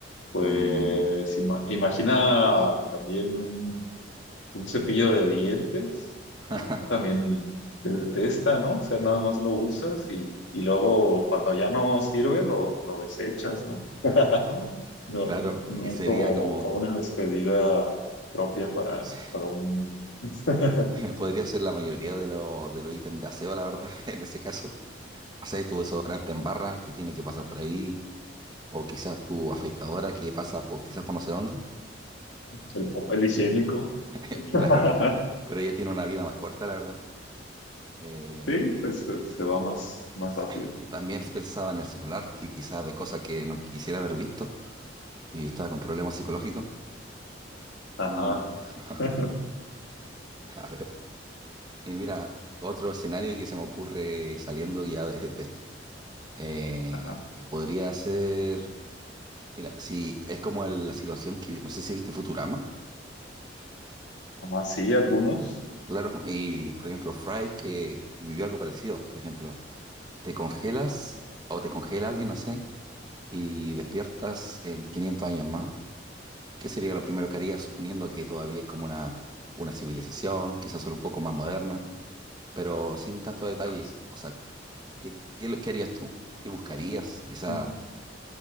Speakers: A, on the left; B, on the right.
A: pues
B: Mm,
A: ima- imagina también un Un cepillo de dientes,
B: <laughs>
A: a lo mejor también se detesta, ¿no? O sea, nada más lo usas y, y luego cuando ya no sirve lo, lo desechas, ¿no? <laughs> No,
B: claro,
A: no
B: y
A: hay
B: sería
A: como,
B: como,
A: como una despedida propia para,
B: <laughs>
A: para un... <laughs>
B: podría ser la mayoría de, los de los ítems de aseo, la verdad, <laughs> en ese caso. haces tu desodorante en barra que tiene que pasar por ahí, o quizás tu afeitadora que pasa por, quizás por no sé dónde,
A: El papel higiénico.
B: <laughs>
A: <laughs>
B: claro, pero ella tiene una vida más corta, la verdad. Eh,
A: Sí, pues se, se va más, más
B: y t-
A: rápido.
B: <laughs> y también pensaba en el celular, que quizás ve cosas que no quisiera haber visto y estaba con problemas psicológicos.
A: Ajá.
B: Mm, <laughs>
A: <laughs>
B: a ver, y mira, otro escenario que se me ocurre saliendo ya de, de esto. Eh,
A: Ajá. Ah,
B: podría ser, mira, si es como el- la situación que, vi- no sé si viste Futurama
A: sí, algunos.
B: Claro, y por ejemplo, Fry que vivió algo parecido. Por ejemplo, te congelas o te congela alguien, no sé, y despiertas en 500 años más. ¿Qué sería lo primero que harías, suponiendo que todavía es como una, una civilización, quizás solo un poco más moderna, pero sin tanto detalle?
A: Ajá.
B: O sea, ¿qué, qué, lo- qué harías tú? ¿Qué buscarías? Quizás,
A: En,